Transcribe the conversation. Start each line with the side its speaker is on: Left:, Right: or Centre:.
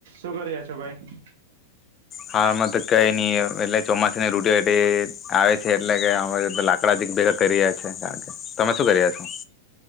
Right: શું કરી રહ્યા છો ભાઈ?
Left: હા મત કઈ નઈ અહ એટલે ચોમાસાની <unintelligible> આવે છે એટલે કે હવે લાકડા થી જ ભેગા કર્યા છે કારણ કે, તમે શું કર્યા છો?